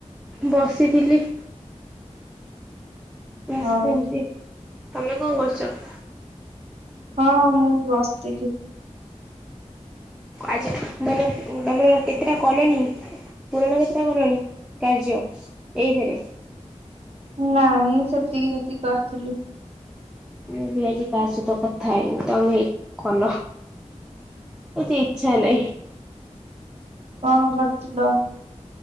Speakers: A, in the centre; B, on the right.
A: ବସିଥିଲି। ବସ
B: ହଉ
A: ସେମିତି ତମେ କଣ କରୁଛ?
B: ହଁ ମୁଁ ବସିଥିଲି।
A: ଆଜି ମାନେ ତମର କେତେଟା କଲେଣି? ପୁରଣ <inaudible> କଣଣିୀ କାର୍ଯ୍ୟ ଏଇଥିରେ
B: ନାଇଁ ସେତିକି ଯେତିକି କରିଥିଲି।
A: ମୁ ବି ଆଜି ତା ସହିତ କଥା ହେଇନି ତମେ ଏଇ କଲ। କିଛି ଇଚ୍ଛା ନାହିଁ।
B: କଣ କରୁଥିଲ?